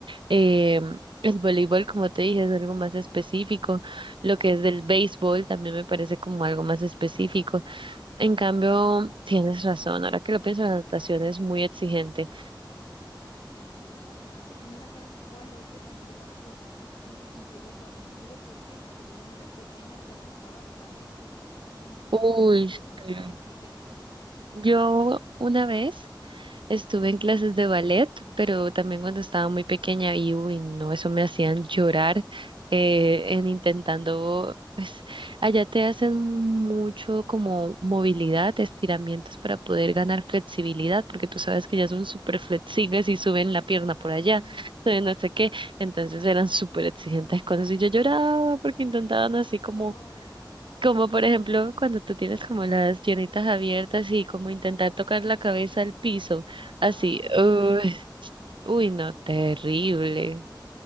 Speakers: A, on the right (about 80°); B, on the left (about 70°).
A: Eh, el voleibol, como te dije, es algo más específico. Lo que es del béisbol también me parece como algo más específico. En cambio, tienes razón. Ahora que lo pienso, la natación es muy exigente.
B: sí, bastante. Y mira, ¿sabes cuál otro que a mí me parece, y, y yo los a- admiro, ¿por qué? Porque yo cuando era pequeña practicaba ballet. Uy, no,
A: Uy,
B: dime si eso no es
A: eh,
B: exigente.
A: yo una vez... Estuve en clases de ballet, pero también cuando estaba muy pequeña y uy, no, eso me hacían llorar eh, en intentando, pues allá te hacen mucho como movilidad, estiramientos para poder ganar flexibilidad, porque tú sabes que ya son súper flexibles y suben la pierna por allá,
B: Sí.
A: de no sé qué, entonces eran súper exigentes con eso y yo lloraba porque intentaban así
B: Ay.
A: como
B: <laughs>
A: como por ejemplo cuando tú tienes como las piernitas abiertas y como intentar tocar la cabeza al piso,
B: Ah,
A: así,
B: sí,
A: uy,
B: el sapito.
A: uy, no, terrible.